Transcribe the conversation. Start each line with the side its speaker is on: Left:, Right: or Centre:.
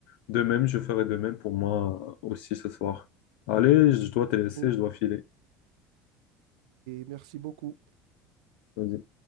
Left: De même, je ferai de même pour moi aussi ce soir. Allez, je dois te laisser,
Right: Ok,
Left: je dois filer.
Right: merci beaucoup.
Left: Vas-y.